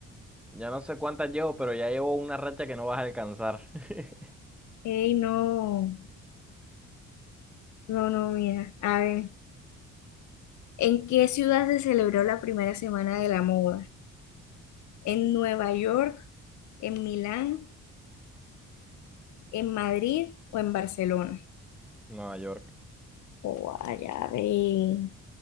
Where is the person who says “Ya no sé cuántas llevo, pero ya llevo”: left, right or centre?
Centre